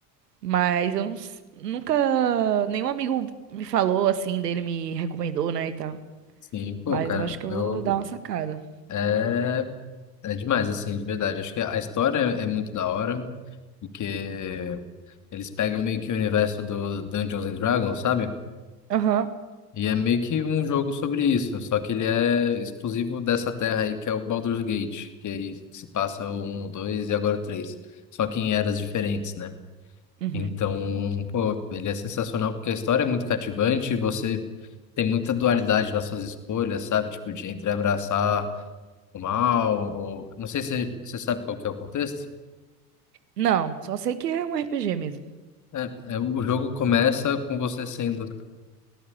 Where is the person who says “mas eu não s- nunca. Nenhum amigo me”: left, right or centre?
Right